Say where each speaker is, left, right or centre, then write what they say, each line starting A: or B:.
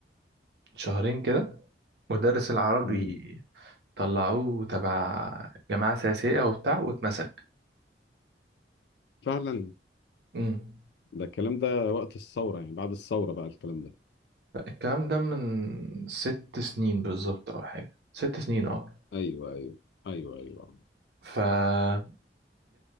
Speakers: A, on the right; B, on the left.
A: بشهرين كده مدرس العربي
B: امم
A: طلعوه تبع جماعة سياسية وبتاع واتمسك
B: فعلا
A: امم
B: ده الكلام ده وقت الثوره يعني بعد الثوره بقى الكلام ده
A: الكلام ده من ست سنين بالظبط أو حاجة ست سنين اه
B: ايوه ايوه ايوه ايوه
A: فجه